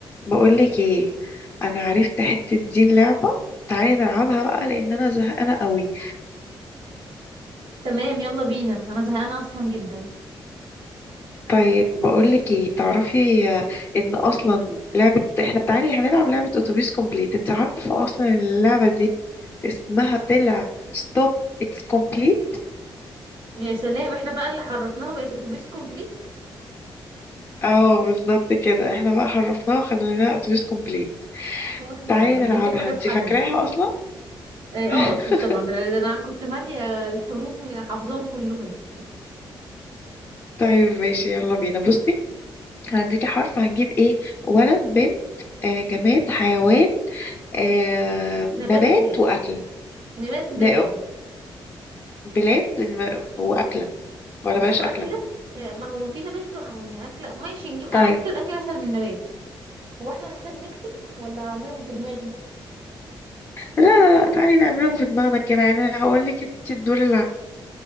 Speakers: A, on the left; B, on the right.
A: بقولك ايه انا عرفت حتة دين لعبة تعالي نلعبها بقى لان انا زهقانة قوي
B: تمام يلا بينا انا زهقانه اصلا جدا
A: طيب بقولك ايه تعرفي آه، ان اصلا لعبة احنا تعالي هنلعب لعبة اتوبيس كومبليت انت عارفة اصلا إن اللعبة دي اسمها طلع ستوب اتس كومبليت
B: يا سلام احنا بقى اللي حرفناها بقت اتوبيس كومبليت
A: اه بالظبط كده احنا بقى حرفناها وخليناها اتوبيس كومبليت
B: اه احنا
A: تعالي
B: مش
A: نلعبها
B: بنسيب حاجه
A: انت
B: في حالها
A: فاكراها اصلا
B: اه
A: <laughs>
B: آه، اكيد طبعا ده, ده انا كنت ماليه الحروف من حافظاهم كلهم
A: طيب ماشي يلا بينا بصي هديكي حرف هنجيب ايه ولد بنت آه، جماد حيوان آه
B: <laughs>
A: نبات
B: نبات بلاد
A: وأكلة
B: نبات بلاد
A: ن- وبلاد م- وأكلة ولا بلاش
B: واكله
A: أكلة
B: آه، ما هو في نبات بقى آه، اكله ماشي نجيب على
A: طيب
B: فكره الاكل اسهل من النبات هو احنا هنحتاج نكتب ولا اعملهم في دماغي
A: لا لا لا تعالي نعملهم في دماغنا كده يعني هقول لك انت الدور اللي